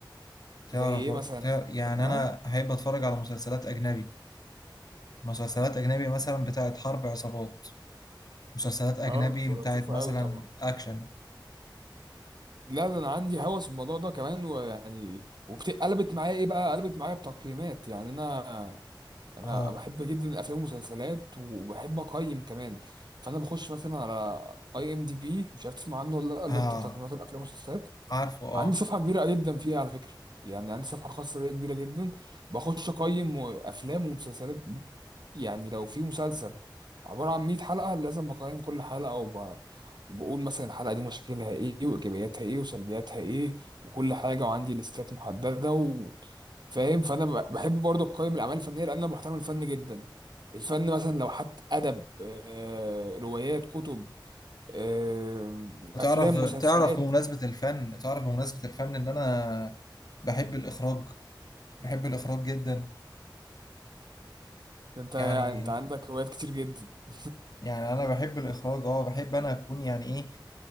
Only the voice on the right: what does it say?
زي ايه
مثلا
بحبها
اه بتبقى
لطيفة
قوي طبعا
لا ده انا عندي هوس الموضوع ده كمان ويعني وقلبت معايا ايه بقى قلبت معايا بتقييمات يعني انا انا
بحب جدا الافلام والمسلسلات وبحب اقيم كمان فانا بخش مثلا على اي ام دي بي مش عارف تسمع عنه ولا لا
اللي هو بتاع تقييمات الافلام والمسلسلات
عندي صفحة كبيرة جدا فيها على فكرة يعني عندي صفحة خاصة بيا كبيرة جدا بخش أقيم أفلام ومسلسلات يعني لو في مسلسل عبارة عن 100 حلقة لازم بقيم كل حلقة وب... وبقول مثلا الحلقة دي مشاكلها إيه وإيجابياتها إيه وسلبياتها إيه وكل حاجة وعندي ليستات محددة و... فاهم فأنا ب- بحب برضه أقيم الأعمال الفنية لأن أنا بحترم الفن جدا الفن مثلا لو حتى أدب آه، روايات كتب آه، أفلام
مسلسلات
ده انت انت
عندك هوايات كتير جدا <laughs>